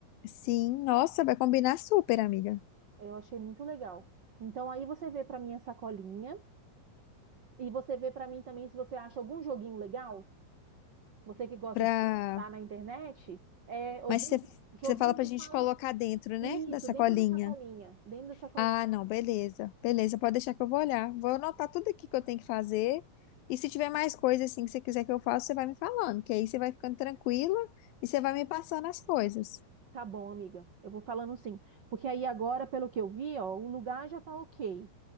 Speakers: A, on the left; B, on the right.
A: Sim, nossa, vai combinar super, amiga.
B: Eu achei muito legal. Então aí você vê para mim essa colinha e você vê para mim também se você acha algum joguinho legal, você que gosta
A: Pra...
B: de pesquisar na internet, é algum
A: Mas você
B: jo- joguinho
A: você fala pra
B: que
A: gente
B: faz
A: colocar dentro, né?
B: isso
A: Da sacolinha.
B: dentro dessa colinha, dentro dessa colinha.
A: Ah, não, beleza. Beleza, pode deixar que eu vou olhar. Vou anotar tudo aqui que eu tenho que fazer. E se tiver mais coisa assim que você quiser que eu faça, você vai me falando, que aí você vai ficando tranquila e você vai me passando as coisas.
B: Tá bom, amiga. Eu vou falando sim, porque aí agora, pelo que eu vi, ó, o lugar já tá ok.